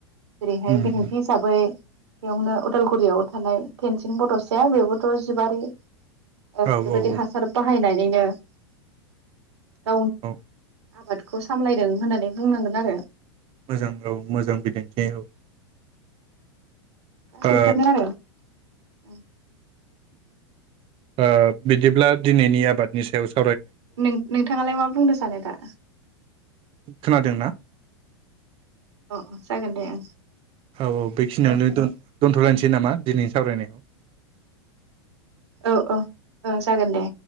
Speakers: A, on the right (about 70°); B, on the right (about 40°).
A: जेरैहाय
B: उम
A: बिदिन्थि हिसाबै - बेयावनो उदालगुरियाव थानाय टेनसिं बडसाया बेबोथ जिबारि ओ
B: औ
A: बेबायदि
B: औ औ
A: हासार बाहाय <unintelligible> गावनि
B: औ
A: आबादखौ सामलायदों होननानै बुंनांगोन आरो।
B: मोजां औ मोजां बिदिन्थि औ
A: बेफोरनो
B: ओ
A: आरो उम
B: ओ बिदिब्ला दिनैनि आबादनि सायाव सा
A: नों-नोंथाङालाय मा बुंनो सानो दा?
B: खोनादों ना?
A: अह अह जागोन दे ओं।
B: औ औ बेखिनियावनो दोन-दोनथ'लायनोसै नामा दिनैनि सावरायनायखौ?
A: औ औ जागोन दे।